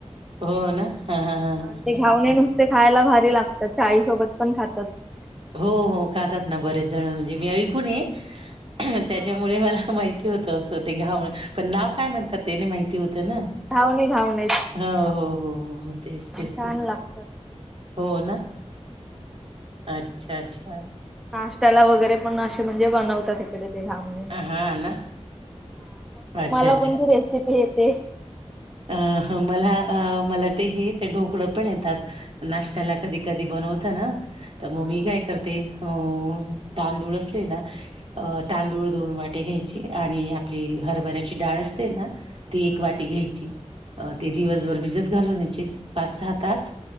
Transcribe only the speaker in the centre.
ह
ते घावणे
नुसते खायला भारी लागतात चाळीसोबत पण खातात.
मस्त
लागतात
हा
घावणे घावणे
छान
लागतात
नाष्ट्याला वगैरे पण अशे म्हणजे बनवतात इकडे ते घाव हा
मग तुम्हाला
कोणती रेसिपी येते?
हा
हा
हा
हा.